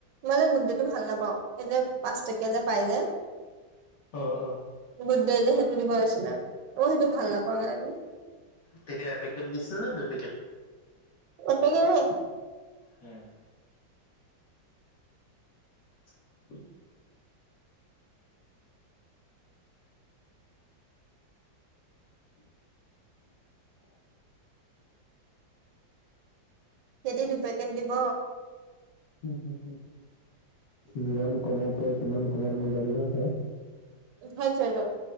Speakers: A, on the right; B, on the left.
A: মই গুড ডেটো ভাল নাপাওঁ এই যে পাঁচটকীয়া যে পাই যে।
B: অহ, অহ।
A: গুড ডে যে সেইটো দিব লৈছিলে অ সেইটো ভাল নাপাও কাৰণে
B: তেতিয়া এ পেকেট দিছিল ন দুপেকেট।
A: এপেকেটেই
B: উম <unintelligible> <unintelligible>
A: সেতি দুপেকেট দিব।
B: হোঁ হোঁ হোঁ যিমান কমত পাৰি সিমান কমত মিলাবলৈ হে চায়
A: হয় জাইল